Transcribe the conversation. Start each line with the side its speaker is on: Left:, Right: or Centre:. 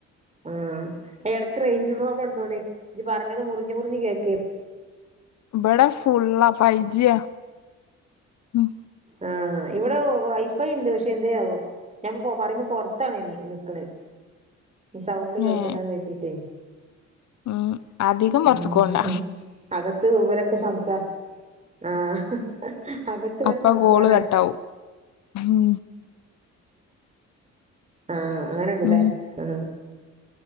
Right: ആഹ് എടക്ക് റെയിഞ്ച് പ്രോബളം ഉണ്ടാണ് ജ് പറഞ്ഞത് മുറിഞ് മുറിഞ് കേൾക്ക
Left: ബടെ ഫുല്ല ഫൈവ് ജിയാ ഉം
Right: ആഹ് ഇവിടെ വൈഫൈ ഉണ്ട് പക്ഷെ എന്തെയവു ഞാൻ പറയുമ്പ പുറത്താണ് നിക്കണ് സൗണ്ട് കേൾക്കണ്ടന്ന്
Left: ഏ
Right: കരുതീറ്റെ
Left: ഉം അധികം
Right: ഉം
Left: പുറത്തക്ക് പോണ്ട
Right: അകത്ത് ഇവരക്കെ സംസാ ആഹ് ഇവരെ
Left: അപ്പ
Right: സംസാരാണ്
Left: കോള് കട്ടാവും ഉം
Right: ആഹ് അങ്ങനെണ്ടല്ലേ
Left: ഉം
Right: ആ